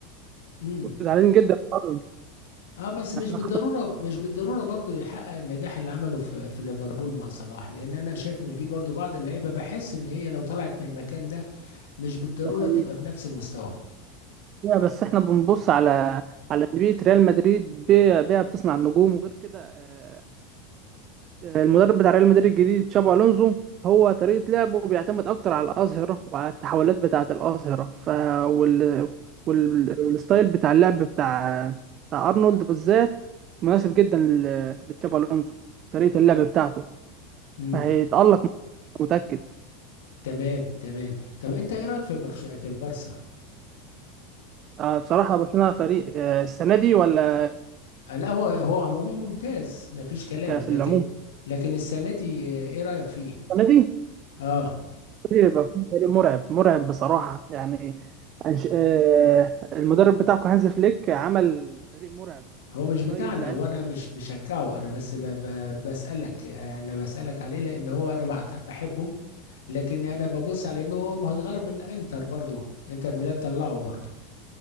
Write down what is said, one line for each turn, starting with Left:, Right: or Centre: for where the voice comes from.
Left: امم
Right: وزعلانين جدا من أرنولد.
Left: اه بس مش
Right: احنا
Left: بالضروره
Right: خطأ
Left: مش بالضروره برضو يحقق النجاح اللي عمله في في ليفربول مع صلاح لان انا شايف ان في برضو بعض اللعيبه بحس ان هي لو طلعت من المكان ده مش بالضروره
Right: ده حقيقي.
Left: تبقى بنفس المستوى
Right: بس احنا بنبص على على انديه ريال مدريد بي- بيها بتصنع النجوم وغير كده آه، المدرب بتاع ريال مدريد الجديد تشابي الونزو هو طريقه لعبه بيعتمد اكتر على الاظهره وعلى التحولات بتاعه الاظهره ف وال... وال... والستايل بتاع اللعب بتاع بتاع ارنولد بالذات مناسب جدا ل- لتشابي الونزو طريقه اللعب بتاعته
Left: امم
Right: فهيتالق متاكد
Left: تمام تمام طب انت ايه رايك في برش... في البارسا
Right: آه، بصراحه برشلونه فريق آه، السنه دي ولا
Left: آه، لا هو هو عموما ممتاز مفيش كلام
Right: ك- في
Left: لكن
Right: العموم
Left: لكن السنة دي آه، ايه رأيك فيه؟
Right: السنه دي
Left: اه
Right: فريق مرعب مرعب بصراحة يعني أنش... آه، المدرب بتاعكم هانز فليك عمل فريق مرعب
Left: هو
Right: من
Left: مش
Right: شوية
Left: بتاعنا
Right: لعيبة
Left: وانا مش بشجعه انا بس ب ب بسألك انا بسألك عليه لان هو انا بعت- بحبه لكن انا ببص على انه ما هو اتغلب من انتر برضه انتر ميلان طلعه برضه